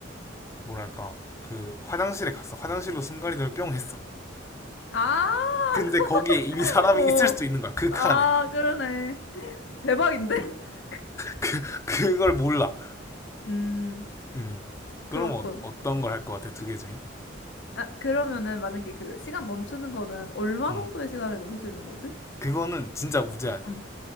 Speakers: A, on the left; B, on the left.
A: 뭐랄까 그 화장실에 갔어. 화장실로 순간이동을 뿅 했어.
B: 아.
A: 근데
B: <laughs>
A: 거기에 이미 사람이
B: 어.
A: 있을 수도 있는 거야. 그
B: 아
A: 칸에
B: 그러네. 대박인데? <laughs>
A: 그 그걸 몰라.
B: 음.
A: 음. 그럼
B: 그렇군.
A: 어, 떤 걸 할 것 같아 두 개 중에?
B: 아, 그러면은 만약에 그 시간 멈추는 거는 얼마
A: 음.
B: 정도의 시간을 멈출 수 있는 거지?
A: 그거는 진짜 무죄 아니야.
B: 음.